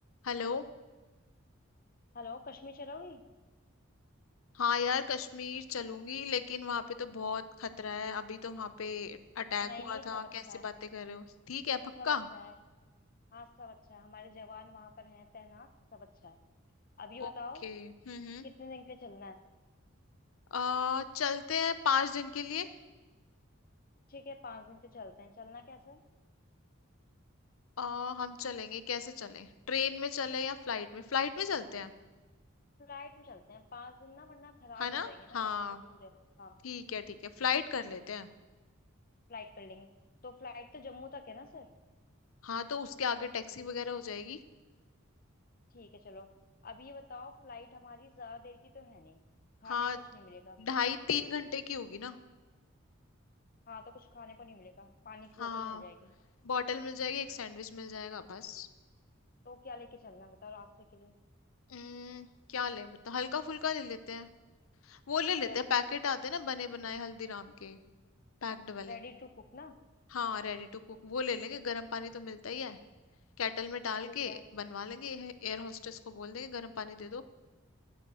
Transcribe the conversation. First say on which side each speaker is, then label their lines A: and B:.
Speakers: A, on the left; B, on the left.
A: Hello
B: Hello Kashmir चलोगी
A: हाँ यार कश्मीर चलूंगी लेकिन वहां पे तो बहुत खतरा है अभी तो वहां पे अटैक
B: नहीं
A: हुआ
B: नहीं
A: था
B: सब अच्छा
A: कैसी
B: है
A: बातें कर रहे हो ठीक है पक्का
B: सब अच्छा है हाँ सब अच्छा है हमारे जवान वहां पर हैं तैनात सब अच्छा है अभी
A: ओके
B: बताओ
A: हम्म हम्म
B: कितने दिन के लिए चलना है
A: आ चलते हैं पांच दिन के लिए
B: ठीक है पाँच दिन के लिए चलते हैं चलना कैसे है?
A: आ हम चलेंगे कैसे चलें ट्रेन में चले या फ्लाइट में फ्लाइट में चलते हैं
B: फ्लाइट में चलते हैं पाँच दिन ना वरना खराब
A: है ना
B: हो जाएंगे
A: हाँ
B: ना रास्ता दूर है हाँ
A: ठीक है ठीक है फ्लाइट कर लेते हैं
B: फ्लाइट कर लेंगे तो फ्लाइट तो जम्मू तक है ना सर
A: हाँ तो उसके आगे टैक्सी वगैरह हो जाएगी
B: ठीक है चलो अब ये बताओ फ्लाइट हमारी ज्यादा देर की तो है नहीं खाने
A: हाँ
B: कुछ नहीं मिलेगा
A: ढाई तीन घंटे की होगी ना
B: हाँ तो कुछ खाने को नहीं मिलेगा पानी की
A: हाँ
B: बोतल मिल जाएगी
A: बॉटल मिल जाएगी एक सैंडविच मिल जाएगा बस
B: तो क्या लेके चलना है बताओ रास्ते के लिए
A: हम्म, क्या ले बता हल्का फुल्का ले लेते हैं वो ले लेते
B: जैसे
A: हैं पैकेट आते हैं ना बने बनाए हल्दीराम के पैक्ड वाले
B: रेडी टू कुक ना
A: हाँ रेडी टू कुक वो ले लेंगे गर्म पानी तो मिलता ही है केटल में डाल
B: ठीक
A: के
B: है
A: बनवा लेंगे एयर होस्टेस को बोल देंगे गर्म पानी दे दो